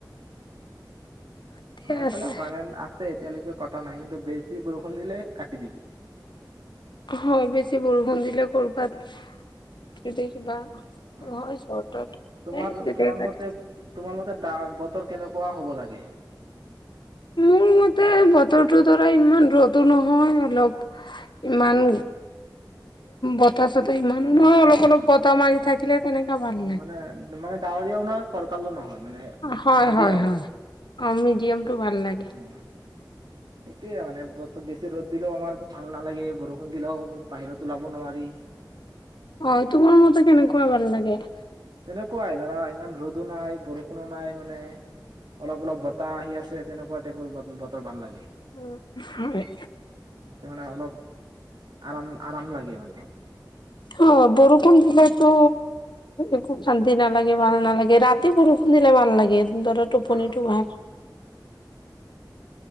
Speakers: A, on the left; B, on the right.
A: এতিয়া
B: আমাৰ
A: আছে
B: ফালে অ', কাৰেণ্ট আছে এতিয়ালৈকে। কটা নাই কিন্তু বেছি বৰষুণ দিলে কাটি দিব।
A: হয় বেছি বৰষুণ দিলে কৰ'বাত যদি কিবা।
B: অ
A: হয় চৰ্টত
B: তোমাৰ-তোমাৰ
A: তেতিয়া কাটিছে
B: মতে তোমাৰ-মতে ডা বতৰ। কেনেকুৱা হ'ব লাগে।
A: মোৰ মতে বতৰটো ধৰা ইমান ৰ'দো নহয় অলপ ইমান বতাহ। তে ইমানো
B: মানে
A: নহয় অলপ অলপ বতাহ। বতাহ মাৰি থাকিলে। তেনেকা ভাল
B: অ
A: লাগে
B: মানে মানে তোমাৰ ডাৱৰীয়া উ নহয় ফৰ। কালো নহয়। মানে
A: হয়
B: মিডিয়াম
A: হয় হয় অ মিডিয়ামটো
B: উম
A: ভাল লাগে
B: সেটোৱে মানে বেছি ৰ' দিলেও আমাৰ ভাল নালাগে বৰষুণ দিলেও। বাহিৰতো ওলাব নোৱাৰি।
A: অ তোমাৰ মতে কেনেকুৱা ভাল লাগে।
B: তেনেকুৱাই ধৰা ইমান ৰ'দো নাই বৰষুণো নাই মানে অলপ অলপ বতাহ আহি আছে তেনেকুৱা টাইপৰ বতৰ ভাল লাগে।
A: উম হয়।
B: মানে অলপ আৰাম আৰাম লাগে মানে।
A: অ', বৰষুণ দিলেতো একো শান্তি নালাগে ভাল নালাগে ৰাতি বৰষুণ দিলে ভাল লাগে। সুন্দৰ টোপনিটো
B: অ
A: ভাল।